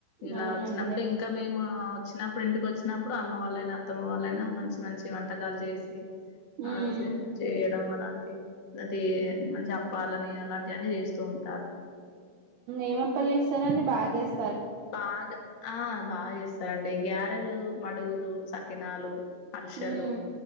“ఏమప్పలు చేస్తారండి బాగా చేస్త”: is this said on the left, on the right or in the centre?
Right